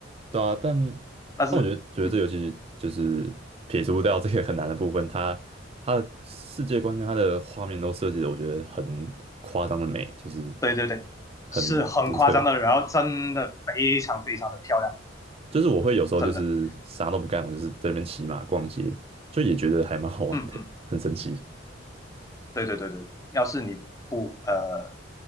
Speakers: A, on the right; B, on the left.
A: 对啊，但
B: 但是，
A: 但我觉得觉得这游戏就是撇除掉这个很难的部分，
B: 嗯，
A: 它它的世界观跟它的画面都设计的，我觉得很夸张的美，就是
B: 对对对，
A: 很独特。
B: 是很夸张的，然后真的非常非常的漂亮，
A: 就是我会有时候就是啥都不干，
B: 真的，
A: 我就是在那边骑马逛街，就也觉得还蛮好玩的，
B: 嗯嗯。
A: 很神奇。
B: 对对对对，要是你不呃